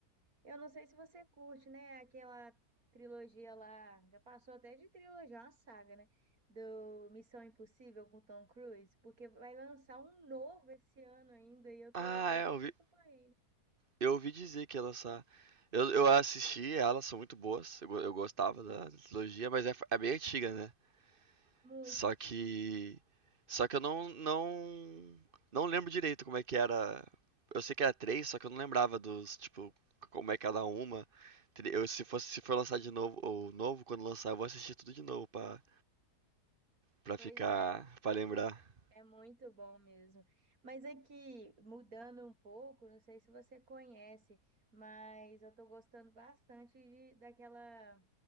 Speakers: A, on the right; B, on the right.
A: Eu não sei se você curte, né? Aquela trilogia lá. Já passou até de trilogia, é uma saga, né? Do Missão Impossível com Tom Cruise. Porque vai lançar um novo esse ano ainda. E eu tô,
B: Ah,
A: eu
B: é,
A: sempre
B: eu ouvi,
A: acompanhei, né?
B: eu ouvi dizer que ia lançar. Eu, eu assisti, elas são muito boas. Eu, go- eu gostava da trilogia, mas é, f- é bem antiga, né?
A: Muito.
B: Só que só que eu não não não lembro direito como é que era. Eu sei que era três, só que eu não lembrava dos, tipo, como é cada uma. Tre- Eu, se fosse, se for lançar de novo, ou novo, quando lançar, eu vou assistir tudo de novo pra, pra
A: Pois
B: ficar,
A: é.
B: pra lembrar.
A: É muito bom mesmo. Mas aqui, mudando um pouco, não sei se você conhece, mas eu tô gostando bastante de- daquela,